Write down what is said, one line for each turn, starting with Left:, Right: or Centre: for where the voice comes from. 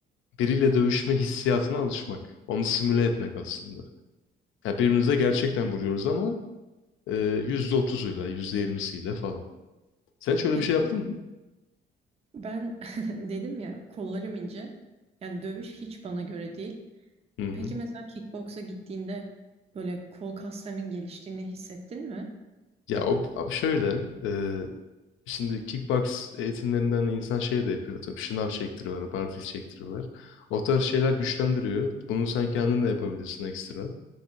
Left: biriyle dövüşme hissiyatına alışmak. Onu simüle etmek aslında. Ya birbirimize gerçekten vuruyoruz ama e, yüzde otuzuyla, yüzde yirmisiyle falan. Sen hiç öyle
Right: Peki
Left: bir şey yaptın mı?
Right: ben <laughs> dedim ya kollarım ince. Yani dövüş hiç bana göre değil.
Left: Hı hı.
Right: Peki mesela kickboksa gittiğinde böyle kol kaslarının geliştiğini hissettin mi?
Left: Ya o o şöyle, e, şimdi kickbox eğitimlerinden insan şey de yapıyor. Tabii şınav çektiriyorlar, barfiks çektiriyorlar. O tarz şeyler güçlendiriyor. Bunu sen kendin de yapabilirsin ekstra.